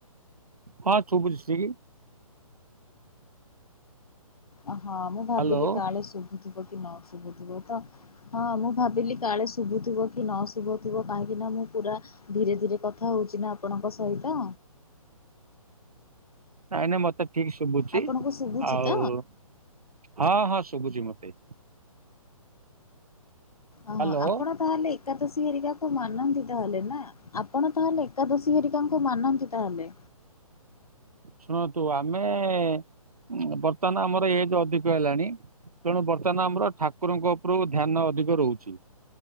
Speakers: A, on the right; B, on the left.
A: ହଁ ଶୁଭୁଚି ଠିକ୍
B: ଓ ହଁ ମୁଁ ଭାବିଲି
A: ହ୍ୟାଲୋ
B: କାଳେ ଶୁଭୁଥିବ କି ନ ଶୁଭୁଥିବ ତ ହଁ ମୁଁ ଭାବିଲି କାଳେ ଶୁଭୁଥିବ କି ନ ଶୁଭୁଥିବ କାହିଁକି ନା ମୁଁ ପୁରା ଧୀରେ ଧୀରେ କଥା ହୋଉଚି ନା ଆପଣଙ୍କ ସହିତ
A: ନାଇଁ ନାଇଁ ମତେ ଠିକ ଶୁଭୁଚି
B: ଆପଣଙ୍କୁ ଶୁଭୁଛି
A: ଆଉ
B: ତ?
A: ହଁ ହଁ ଶୁଭୁଚି ମତେ
B: ଓ ହଁ
A: ହ୍ୟାଲୋ
B: ଆପଣ ତାହେଲେ ଏକାଦଶୀ ହେରିକାକୁ ମାନନ୍ତିିତାହେଲେ ନା? ଆପଣ ତାହେଲେ ଏକାଦଶୀ ହେରିକାଙ୍କୁ ମାନନ୍ତି ତାହେଲେ?
A: ଶୁଣନ୍ତୁ ଆମେ ଏ ବର୍ତ୍ତମାନ ଆମର ଏଜ୍ ଅଧିକ ହେଲାଣି। ତେଣୁ ବର୍ତ୍ତମାନ ଆମର ଠାକୁରଙ୍କ ଉପରୁ ଧ୍ୟାନ ଅଧିକ ରୋହୁଚି।